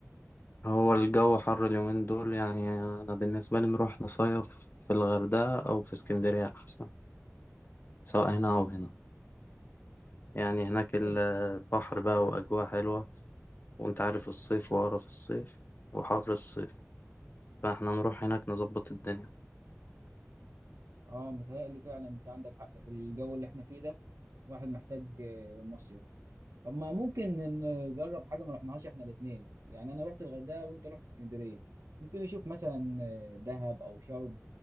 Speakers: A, on the left (about 40°); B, on the right (about 70°).
A: هو الجو حر اليومين دول يعني أنا بالنسبة لي نروح نصيف في الغردقة أو في اسكندرية أحسن سواء هنا أو هنا يعني هناك ال-
B: حلو
A: البحر بقى وأجواء حلوة وأنت عارف الصيف وقرف الصيف وحر الصيف فإحنا نروح هناك نظبط الدنيا
B: اه متهيألي فعلا أنت عندك حق في الجو اللي إحنا فيه ده واحد محتاج آه، مصيف طب ما ممكن نجرب حاجه ما رحناهاش احنا الاثنين يعني انا رحت الغردقه وانت رحت اسكندريه ممكن نشوف مثلا آه، دهب او شرم